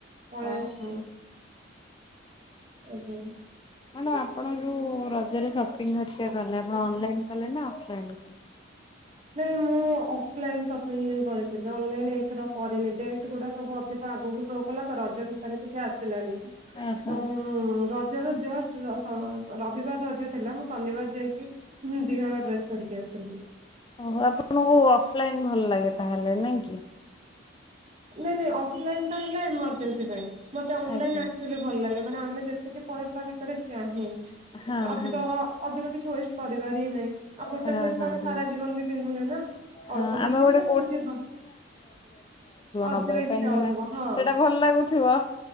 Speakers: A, on the right; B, on the left.
A: ପଳେଇ
B: ଓ
A: ଆସିଲି
B: ହୋ।
A: ଆଜ୍ଞା।
B: ମ୍ୟାଡ଼ାମ ଆପଣ ଯଉ ରଜରେ ସପିଙ୍ଗ ଘରିକ କଲେ ଆପଣ ଅନଲାଇନ୍ କଲେ ନା ଅଫଲାଇନ୍ କଲେ।
A: ନାଇଁ ମୁଁ ଅଫ ଲାଇନ ଶପିଂ କରି ଯେ ଅନଲାଇନ ଏଇଥର କରିନି ଏବେ ଗୁଡା ସବୁ ଅଧିକ ଆଗକୁ ସଉ କଲା ତ ରଜ ଭିତରେ କିଛି ଆସିଲାନି
B: ଓହୋ।
A: ତ ରଜର ଜଷ୍ଟ ସ ରବିବାର ରଜ ଥିଲା ମୁଁ ଶନିବାର ଯାଇକି ଦିହଳ ଡ୍ରେସ ଧରିକି <unintelligible>
B: ଓ ଆପଣଙ୍କୁ ଅଫଲାଇନ ଭଲ ଲାଗେ ତାହେଲେ ନାଇଁ କି?
A: ନାଇଁ ନାଇଁ ଅଫଲାଇନ ହେଲା ଏମର୍ଜେନ୍ସି ପାଇଁ ମତେ ଅନଲାଇନ୍
B: ଆଜ୍ଞା।
A: ଆକଚୁଆଲି ଭଲ ଲାଗେ। ମାନ ଆମେ ଯେତିକି। ପଇସା ଭିତରେ ଚାହେଁ
B: ହଁ
A: ଅଧିକ
B: ହଁ
A: ଅଧିକ ଚୂଜ୍ କରିବା। ନାଇଁ ଆଉ ଗୋଟେ
B: ହଁ
A: ଡ୍ରେସ
B: ହଁ
A: ତ ଆମେ
B: ହଁ
A: ସାରା ଜୀବନ ବି ପିନ୍ଧୁନ ନା
B: ହଁ
A: ଅଳ୍ପ ଦିନ
B: ଆମେ
A: ହିଁ
B: ଗୋଟେ
A: ତ ପିନ୍ଧିବା। ଅଧିକ
B: ନବାଉ
A: ଇଚ୍ଛା
B: କାହିଁକି
A: ହଉଥିବ
B: ନା
A: ହଁ
B: ସେଟା ଭଲ ଲାଗୁଥିବ